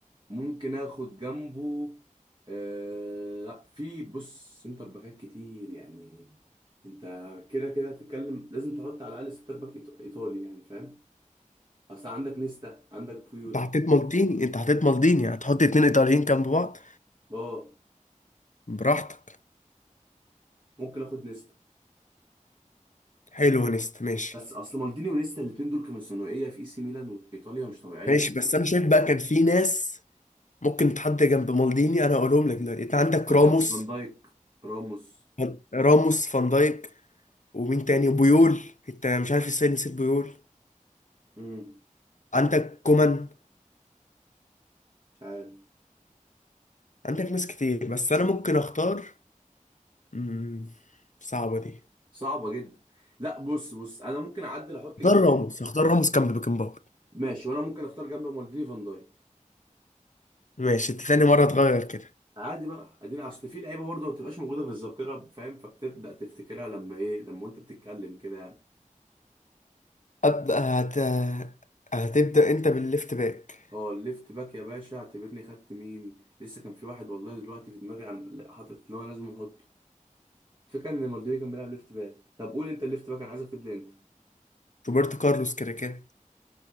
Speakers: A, on the right; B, on the left.
A: ممكن اخد جنبه آه لا في بص سنتر باكات كتير يعني انت كده كده هتتكلم لازم تحط على الاقل سنتر باك إيط- ايطالي يعني فاهم اصل عندك نيستا عندك بويول
B: انت حطيت مالديني انت حطيت مالديني هتحط اتنين ايطاليين جنب بعض
A: اه
B: براحتك
A: ممكن اخد نيستا
B: حلو يا نست ماشي
A: بس اصل مالديني ونيستا الاتنين دول كانوا ثانويه في اي سي ميلان وايطاليا مش طبيعيه
B: ماشي
A: برضه.
B: بس انا شايف بقى كان في ناس ممكن تحط جنب مالديني انا هقولهم لك دلوقتي انت عندك
A: ممكن
B: راموس
A: فان دايك راموس
B: فان- راموس فان دايك ومين تاني وبيول انت مش عارف ازاي نسيت بيول
A: امم
B: عندك كومان
A: مش عارف
B: عندك ناس كتير بس انا ممكن اختار مم، صعبة دي
A: صعبه جدا لا بص بص انا ممكن اعدل احط
B: اختار
A: جنب
B: راموس اختار راموس كان ببيكنباور
A: ماشي وانا ممكن اختار جنب مالديني فان دايك
B: ماشي انت تاني مرة تغير كده
A: عادي بقى ادينا اصل في لعيبه برضه ما بتبقاش موجوده في الذاكره فاهم فبتبدا تفتكرها لما ايه لما انت بتتكلم كده يعني
B: أبدأ هت... هتبدأ أنت بالليفت باك
A: اه الليفت باك يا باشا اعتبرني خدت مين لسه كان في واحد والله دلوقتي في دماغي عن لا، حاطط اللي هو لازم احطه فكرة ان مالديني كان بيلعب ليفت باك طب قول انت الليفت باك انا عايزك تبدا انت
B: روبرتو كارلوس كده كده